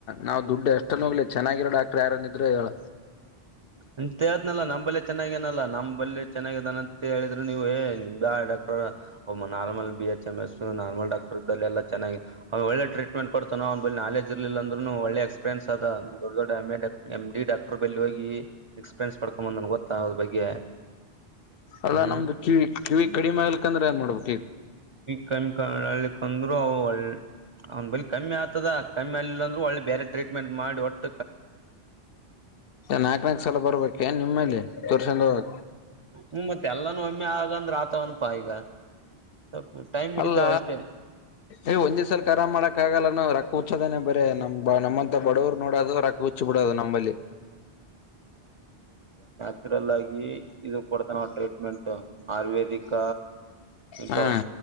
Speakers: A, on the left; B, on the right.
A: ನಾವ ದುಡ್ ಎಷ್ಟ ನೋಗ್ಲಿ ಚೆನ್ನಾಗಿರೋ ಡಾಕ್ಟರ್ ಯಾರನ್ನ ಇದ್ರೆ ಹೇಳ
B: ಅಂತ ಹೇಳ್ದ್ನಲ್ಲ ನಮ್ಮಬಲ್ಲೆ ಚೆನ್ನಾಗೇನಲ್ಲಾ ನಮ್ ಬಲ್ಲೆ ಚೆನ್ನಾಗಿದ್ದಾನಂತ ಹೇಳಿದ್ರು ನೀವು ಏ ನ್ ಇದ್ ಆಡ normal B H M S normal doctor ಇದಲ್ಲಿ ಎಲ್ಲ ಚೆನ್ನಾಗಿ ಒಳ್ಳೆ ಟ್ರೀಟ್ಮೆಂಟ್ ಕೊಡ್ತ ್ ಬ ನಾಲೆಜ್ ಇರ್ಲಿಲ್ಲ ಅಂದ್ೂ ಒಳ್ಳೆ ಎಕ್ಸ್ಪೀರಿಯನ್ಸ್ ಅದ ದಡ್ ದೊಡ್ಡ M A M D doctor ಬಲ್ಲಿ ಹೋಗಿ ಎಕ್ಸ್ಪೀರಿಯನ್ಸ್ ಪಡ್ಕೊಂಬಂದ ನನ್ಗೆ ಗೊತ್ತಾ ಅದ್ರ ಬಗ್ಗೆ
A: ಅಲ್ಲಾ
B: ಹ್ಮ್
A: ನಮ್ದು ಕಿವಿ ಕಿವಿ ಕಡಿಮ ಆಗ್ಲಿಕಂದ್ರೆ ಏನ್ ಮಾಡ್ಬೇಕು
B: ಕ ಕಮ್ಮಿ ಕಲ್ಲಿಂದ್್ರರು ಒಳ್ಳ ಅವ್ನ್ ಬಳಿ ಕಮ್ಮಿ ಆಗ್ತದ ಕಮ್ಮಿ ಅಲ್ಲಿಿಲ್ಲ ಅಂದ್ರೆ ಒಳ್ಳೆ ಬೇರೆ ಟ್ರೀಟ್ಮೆಂಟ್ ಮಾಡಿ ಒಟ್ಟ
A: ನಾಕ್ ನಾಕ್ ಸಲ ಬರ್ಬೇಕೆ ನಿಮ್ಮಲ್ಲಿ ತೋರ್ಸೊಂಡ ಹೋಗ
B: ಹ್ಮ್ ಮತ್ತೆ ಎಲ್ಲಾನು ಒಮ್ಮೆ ಆಗಂದ್ರೆ ಆತ ಒನ್ <inaudible> ಹಿಡಿತಾವ
A: ಅಲ್ಲ
B: ಅಷ್ಟೇ
A: ಏ ಒಂದ್ ದಿವ್ಸಲ್ಖರಾಮ್ ಮಾಡಕ್ ಆಗಲ್ಲ ನಾ ರೊಕ್ಕ ಹರ್ಚ್ಚೋದನೇ ಬ ಅೆ ನಮ್ ನಮ್ಮಂತ ಬಡವರು ನೋಡೋದು ರೊಕ್ಕ ಹುಚ್ಚಿ ಬಿಡೋದು ನಮ್ಮಲ್ಲಿ
B: ಚೂಡಲ್ ಆಗಿ ಇದು ಕೊಡ್ತವೆ ಟ್ರೀಟ್ಮೆಂಟ್ ಆಯುರ್ವೇದಿಕ್ ಎಂತವು
A: ಹಾ